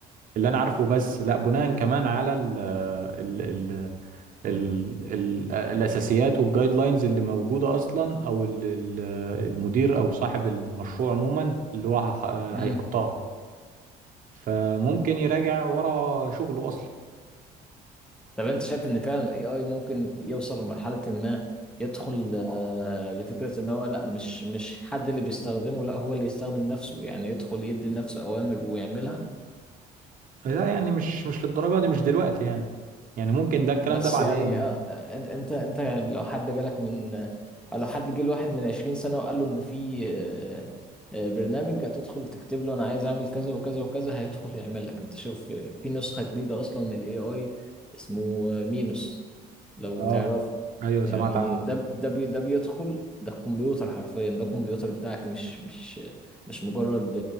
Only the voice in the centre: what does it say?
امم
طب انت شايف ان فعلا الاي اي ممكن يوصل لمرحله ما يدخل آه لفكره ان هو لا مش مش حد اللي بيستخدمه لا هو اللي يستخدم نفسه يعني يدخل يدي لنفسه اوامر ويعملها
بس
يعني اه آه، انت انت انت لو حد جالك من او لو حد جه لواحد من 20 سنة وقال له انه في آه، آه، برنامج هتدخل تكتب له انا عايز اعمل كذا وكذا وكذا هيدخل يعمل لك انت شوف آه، في نسخة جديدة اصلا من الاي اي اسمه آه، مينوس لو
تعرفه
يعني
ده ده بي ده بيدخل ده الكمبيوتر حرفيا ده الكمبيوتر بتاعك مش مش مش مجرد